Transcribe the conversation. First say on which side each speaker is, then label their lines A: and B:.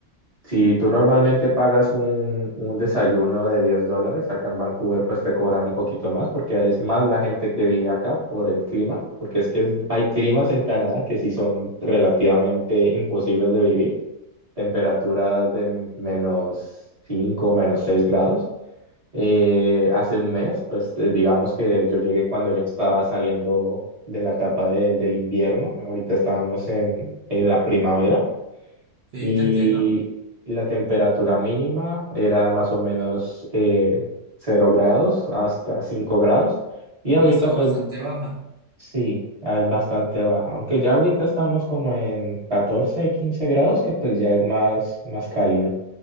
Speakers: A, on the right; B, on the right.
A: si tú normalmente pagas un, un desayuno de 10 dólares, acá en Vancouver pues te cobran un poquito más porque es más la gente que vive acá por el clima, porque es que es- hay climas en Canadá que sí son relativamente imposibles de vivir. temperaturas de menos 5, menos 6 grados. Eh, hace un mes, pues eh, digamos que yo llegué cuando ya estaba saliendo de la etapa de- del invierno, ahorita estábamos en, en la primavera
B: sí,
A: y
B: te entiendo.
A: la temperatura mínima era más o menos eh, 0 grados hasta 5 grados y
B: Hoy
A: ahorita
B: ha estado
A: pues
B: bastante baja.
A: sí. ah, bastante baja, aunque ya ahorita estamos como en 14, 15 grados, que pues ya es más, más cálido.